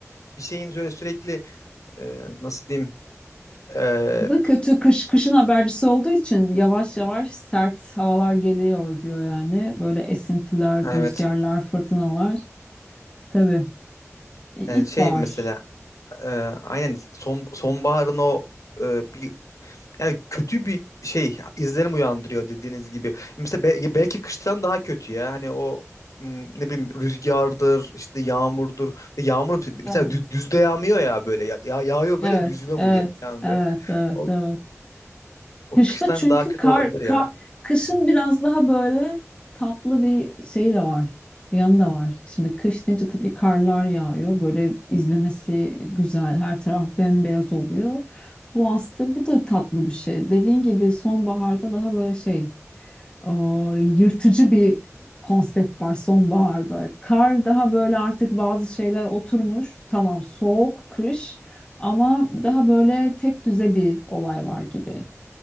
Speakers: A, on the left (about 90°); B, on the left (about 20°).
A: Bir şeyin böyle sürekli e, nasıl diyeyim e,
B: Bu da kötü kış, kışın habercisi olduğu için yavaş yavaş sert havalar geliyor diyor yani. Böyle esintiler,
A: evet
B: rüzgarlar, fırtınalar. Tabii. İlkbahar.
A: yani şey mesela e, aynen son, sonbaharın o e, bir Yani kötü bir şey izlenim uyandırıyor dediğiniz gibi. Mesela be- belki kıştan daha kötü ya. Hani o m, ne bileyim rüzgardır, işte yağmurdur. Yağmur mesela
B: Evet,
A: dü- düzde yağmıyor ya böyle. Ya, ya- yağıyor
B: evet,
A: böyle yüzüne vuruyor
B: evet,
A: yani
B: evet,
A: böyle.
B: evet,
A: O,
B: evet.
A: o
B: Kışta
A: kıştan
B: çünkü
A: daha kötü
B: kar,
A: olabilir
B: kar,
A: ya.
B: kışın biraz daha böyle tatlı bir şey de var. Bir yanı da var. Şimdi kış deyince tabii karlar yağıyor. Böyle izlemesi güzel. Her taraf bembeyaz oluyor. Bu aslında bu da tatlı bir şey. Dediğin gibi sonbaharda daha böyle şey e, yırtıcı bir konsept var sonbaharda. Kar daha böyle artık bazı şeyler oturmuş. Tamam soğuk, kış ama daha böyle tek düze bir olay var gibi.